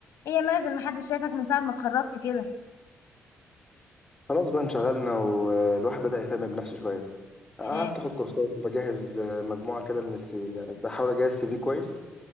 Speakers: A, on the left; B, on the left.
A: ايه يا مازل ما حد شايفك من ساعة ما اتخركت كده.
B: خلاص بقى انشغلنا والواحد بدأ يهتم بنفسه شوية قعدت
A: اه.
B: اخد كورسات وبجهز آه، مجموعة كده من السي يعني بحاول اجهز سي في كويس